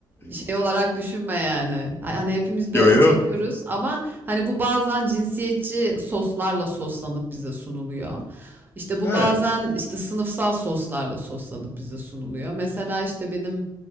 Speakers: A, on the right (about 25°); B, on the left (about 25°).
A: şey olarak düşünme yani. Hani hani hepimiz bir
B: <laughs> Yo
A: acı
B: yo.
A: çekiyoruz ama hani bu bazen cinsiyetçi soslarla soslanıp bize sunuluyor. İşte bu
B: Evet.
A: bazen işte sınıfsal soslarla soslanıp bize sunuluyor. Mesela işte benim